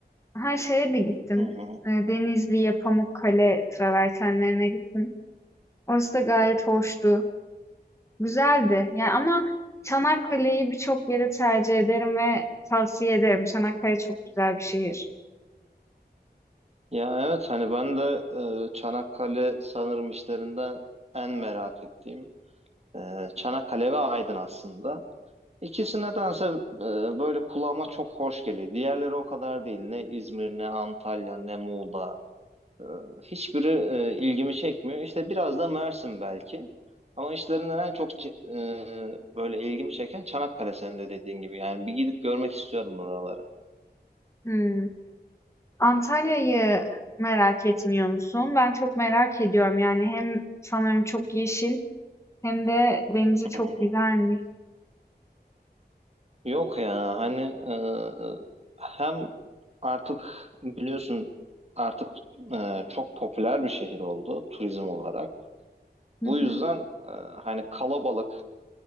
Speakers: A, on the left; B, on the right.
A: Her şeye de gittim.
B: Hı hı.
A: Ee, Denizli'ye, Pamukkale travertenlerine gittim. Orası da gayet hoştu. Güzeldi. Yani ama Çanakkale'yi birçok yere tercih ederim ve tavsiye ederim. Çanakkale çok güzel bir şehir.
B: Ya evet hani ben de e, Çanakkale sanırım işlerinde en merak ettiğim e, Çanakkale ve Aydın aslında. İkisine dense e, böyle kulağıma çok hoş geliyor. Diğerleri o kadar değil. Ne İzmir, ne Antalya, ne Muğla. E, hiçbiri e, ilgimi çekmiyor. İşte biraz da Mersin belki. Ama işlerinden en çok ce- e, böyle ilgimi çeken Çanakkale senin de dediğin gibi. Yani bir gidip görmek istiyorum buraları.
A: Hmm. Antalya'yı merak etmiyor musun? Ben çok merak ediyorum. Yani hem sanırım çok yeşil hem de denizi çok
B: Hı hı.
A: güzelmiş.
B: Yok ya hani e, hem artık biliyorsun artık e, çok popüler bir şehir oldu turizm olarak. Bu
A: Hı hı,
B: yüzden e, hani kalabalık